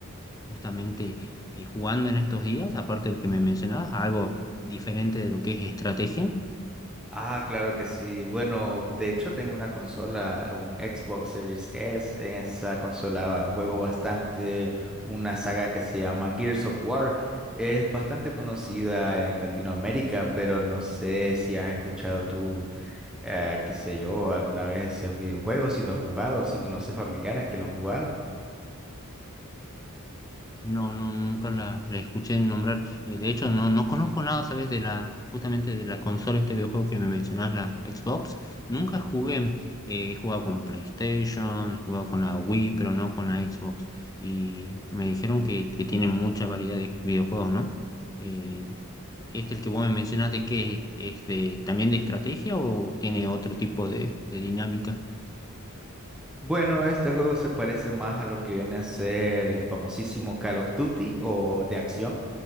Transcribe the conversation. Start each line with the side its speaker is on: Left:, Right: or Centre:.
Left: justamente eh, jugando en estos días, aparte del que me mencionabas, algo diferente de lo que es estrategia?
Centre: Ah, claro que sí. Bueno, de hecho tengo una consola, un Xbox Series S. En esa consola juego bastante una saga que se llama Gears of War. Es bastante conocida en Latinoamérica, pero no sé si has escuchado tú, eh, qué sé yo, alguna vez ese videojuego, si lo has jugado, si conoces familiares que lo han jugado.
Left: No, no, nunca la, la escuché nombrar. Eh, de hecho, no, no conozco nada, ¿sabes? De la, justamente de la consola, este videojuego que me mencionás, la Xbox. Nunca jugué. Eh, he jugado con PlayStation, he jugado con la Wii, pero no con la Xbox. Y me dijeron que, que tiene mucha variedad de videojuegos, ¿no? Eh, este, el que vos me mencionás, ¿de qué es? ¿Es de, también de estrategia o tiene otro tipo de, de dinámica?
Centre: Bueno, este juego se parece más a lo que viene a ser el famosísimo Call of Duty o de acción.